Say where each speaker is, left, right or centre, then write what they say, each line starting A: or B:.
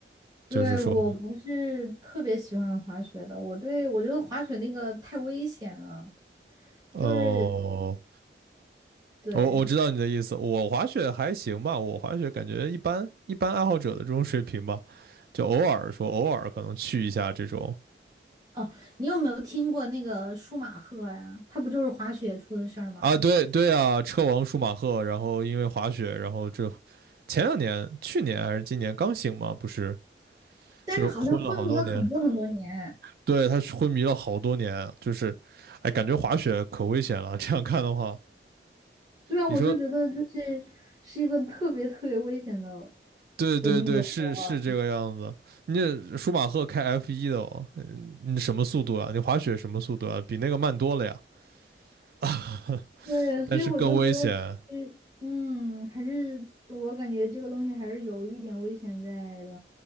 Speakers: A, on the right; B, on the right.
A: 对，
B: 就是说，
A: 我不是特别喜欢滑雪的，我对我觉得滑雪那个太危险了。
B: 哦，
A: 就是对
B: 我我知道你的意思，我滑雪还行吧，我滑雪感觉一般，一般爱好者的这种水平吧，就偶尔说偶尔可能去一下这种。
A: 哦，你有没有听过那个舒马赫呀？他不就是滑雪出的事儿吗？
B: 啊，对对啊，车王舒马赫，然后因为滑雪，然后这前两年，去年还是今年刚醒嘛，不是，
A: 但是好像昏迷了很多很多年。
B: 就是昏了好多年，对，他昏迷了好多年，就是，哎，感觉滑雪可危险了，<laughs> 这样看的话，
A: 对啊，
B: 你说，
A: 我就觉得就是是一个特别特别危险的
B: 对对对，
A: 的那个活儿。
B: 是是这个样子，你这舒马赫开 F 一的哦，嗯你什么速度啊？你滑雪什么速度啊？比那个慢多了呀，<laughs>
A: 对，
B: 但是更危险，
A: 所以我就觉得就是嗯，还是我感觉这个东西还是有一点危险在的。